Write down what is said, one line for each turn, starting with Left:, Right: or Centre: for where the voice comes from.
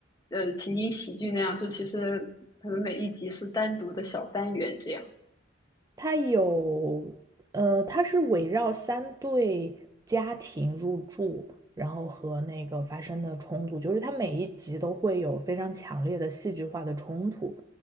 Left: 呃情景喜剧那样，就其实可能每一集是单独的小单元这样？
Right: 它有呃，它是围绕三对家庭入住，然后和那个发生的冲突，就是它每一集都会有非常强烈的戏剧化的冲突。